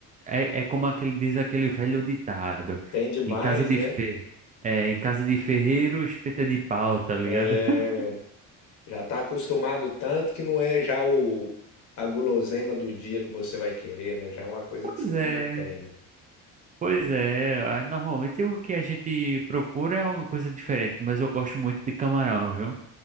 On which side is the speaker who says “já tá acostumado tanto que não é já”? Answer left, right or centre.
Left